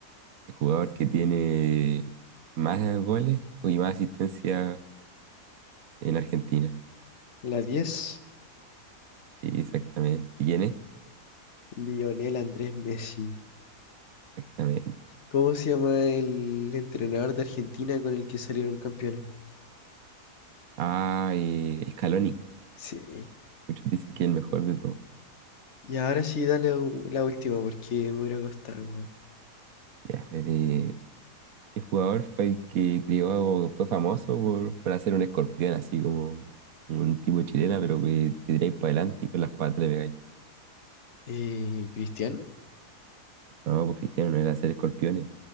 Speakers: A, on the right; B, on the left.
A: el jugador que tiene más goles y más asistencia en Argentina?
B: la diez
A: Sí, exactamente. ¿Y quién es?
B: Lionel Andrés Messi.
A: Exactamente.
B: ¿Cómo se llama el entrenador de Argentina con el que salieron campeones?
A: Ah, eh, Scaloni.
B: Sí.
A: Muchos dicen que es el mejor de todos.
B: Y ahora sí, dale u- la última porque me voy a ir a acostar, weón.
A: Ya, eh, de- ¿qué jugador fue el que creó, fue famoso por, por hacer un escorpión así como un tipo de chilena, pero que te tiráis para adelante y con las patas le pegáis?
B: Eh, ¿Cristiano?
A: No, pues Cristiano no era hacer escorpiones.